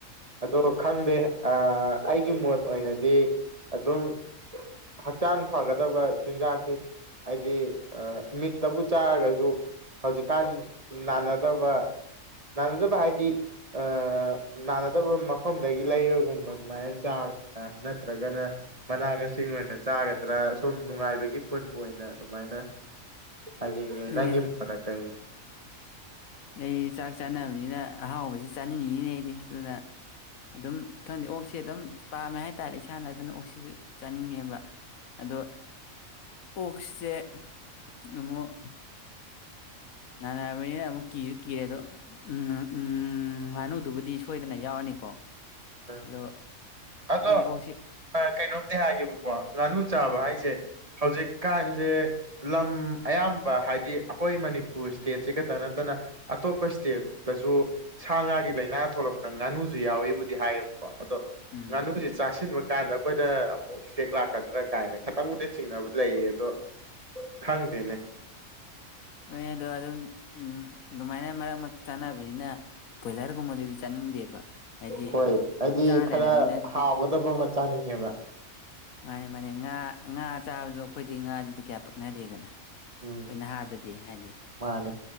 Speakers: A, on the right; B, on the left.
A: ꯑꯗꯣ ꯈꯪꯗꯦ ꯑꯩꯒꯤ ꯃꯣꯠ ꯑꯣꯏꯅꯗꯤ ꯑꯗꯨꯝ ꯍꯛꯆꯥꯡ ꯐꯒꯗꯕ ꯆꯤꯟꯖꯥꯛꯁꯤ ꯍꯥꯏꯗꯤ ꯃꯤꯠꯇꯕꯨ ꯆꯥꯔꯒꯁꯨ ꯍꯧꯖꯤꯛꯀꯥꯟ ꯅꯥꯅꯗꯕ ꯅꯥꯅꯗꯕ ꯍꯥꯏꯗꯤ ꯑ ꯅꯥꯅꯗꯕ ꯃꯐꯝꯗꯒꯤ ꯂꯩꯔꯒꯨꯝꯕ ꯑꯗꯨꯃꯥꯏꯅ ꯆꯥꯒꯗ꯭ꯔꯥ ꯅꯠꯇ꯭ꯔꯒꯅ ꯃꯅꯥ ꯃꯁꯤꯡ ꯑꯣꯏꯅ ꯆꯥꯒꯗ꯭ꯔꯥ ꯁꯨꯝ ꯅꯨꯡꯉꯥꯏꯕꯒꯤ ꯄꯨꯟꯕ ꯑꯣꯏꯅ ꯑꯗꯨꯃꯥꯏꯅ ꯍꯥꯏꯅꯤꯡꯉꯦ
B: ꯑꯗꯨꯅꯦ
A: ꯅꯪꯒꯤ ꯃꯣꯠꯅ ꯀꯔꯤ
B: ꯑꯩꯗꯤ ꯆꯥꯛ ꯆꯥꯅꯕꯅꯤꯅ ꯑꯍꯥꯎꯕꯁꯤ ꯆꯥꯅꯤꯡꯉꯤꯅꯤꯅꯦ ꯑꯩꯗꯤ ꯑꯗꯨꯅ ꯑꯗꯨꯝ ꯈꯪꯗꯦ ꯑꯣꯛꯁꯦ ꯑꯗꯨꯝ ꯄꯥꯝꯃꯦ ꯍꯥꯏꯇꯥꯔꯦ ꯏꯁꯥꯅ ꯑꯗꯨꯅ ꯑꯣꯛꯁꯤꯁꯨ ꯆꯥꯅꯤꯡꯉꯦꯕ ꯑꯗꯣ ꯑꯣꯛꯁꯦ ꯑꯃꯨꯛ ꯅꯥꯅꯔꯕꯅꯤꯅ ꯑꯃꯨꯛ ꯀꯤꯁꯨ ꯀꯤꯔꯦ ꯑꯗꯣ ꯎꯝ ꯎꯝ ꯉꯥꯅꯨꯗꯨꯕꯨꯗꯤ ꯁꯣꯏꯗꯅ ꯌꯥꯎꯔꯅꯤꯀꯣ
A: ꯎꯝ
B: ꯑꯗꯣ
A: ꯑꯗꯣ
B: ꯈꯪꯗꯦ ꯑꯣꯛꯁꯤ
A: ꯀꯩꯅꯣꯝꯗꯤ ꯍꯥꯏꯒꯦꯕꯀꯣ ꯉꯥꯅꯨ ꯆꯥꯕ ꯍꯥꯏ ꯑꯩꯁꯦ ꯍꯧꯖꯤꯛꯀꯥꯟꯁꯦ ꯂꯝ ꯑꯌꯥꯝꯕ ꯍꯥꯏꯗꯤ ꯑꯩꯈꯣꯏ ꯃꯅꯤꯄꯨꯔ ꯏꯁꯇꯦꯠꯁꯤꯒꯇ ꯅꯠꯇꯅ ꯑꯇꯣꯞꯄ ꯏꯁꯇꯦꯠꯇꯁꯨ ꯁꯥ ꯉꯥꯒꯤ ꯂꯥꯏꯅꯥ ꯊꯣꯛꯂꯛꯄꯗ ꯉꯥꯅꯨꯁꯨ ꯌꯥꯎꯋꯤꯕꯨꯗꯤ ꯗꯤ ꯍꯥꯏꯌꯦꯕꯀꯣ ꯑꯗꯣ
B: ꯎꯝ
A: ꯉꯥꯅꯨꯁꯦ ꯆꯥꯁꯤꯟꯕ ꯀꯥꯟꯗ ꯑꯩꯈꯣꯏꯗ ꯑꯃꯨꯛ ꯏꯐꯦꯛ ꯂꯥꯛꯀꯗ꯭ꯔꯥ ꯀꯥꯏꯅ ꯈꯤꯇꯪꯕꯨꯗꯤ ꯆꯤꯡꯅꯕ ꯂꯩꯌꯦ ꯑꯗꯣ ꯈꯪꯗꯦꯅꯦ
B: ꯍꯣꯏ ꯑꯗꯣ ꯑꯗꯨꯝ ꯑꯗꯨꯃꯥꯏꯅ ꯃꯔꯛ ꯃꯔꯛꯇ ꯆꯥꯅꯕꯅꯤꯅ ꯕꯣꯏꯂꯔꯒꯨꯝꯕꯗꯨꯗꯤ ꯆꯥꯅꯤꯡꯗꯦꯕ ꯍꯥꯏꯗꯤ
A: ꯍꯣꯏ
B: ꯑꯗꯨꯝ
A: ꯑꯩꯗꯤ
B: ꯆꯥ
A: ꯈꯔ
B: ꯂꯩꯔꯃꯤꯅ ꯑꯗꯨꯗꯤ
A: ꯍꯥꯎꯒꯗꯕ ꯑꯃ ꯆꯥꯅꯤꯡꯉꯦꯕ
B: ꯃꯥꯅꯤ ꯃꯥꯅꯤ ꯉꯥ ꯉꯥ ꯆꯥꯕꯗꯣ ꯑꯩꯈꯣꯏꯗꯤ ꯉꯥꯁꯤꯗꯤ ꯀꯌꯥ ꯄꯛꯅꯗꯦꯗꯅ
A: ꯎꯝ
B: ꯑꯩꯈꯣꯏ ꯅꯍꯥꯗꯗꯤ ꯍꯥꯏꯗꯤ
A: ꯃꯥꯟꯅꯦ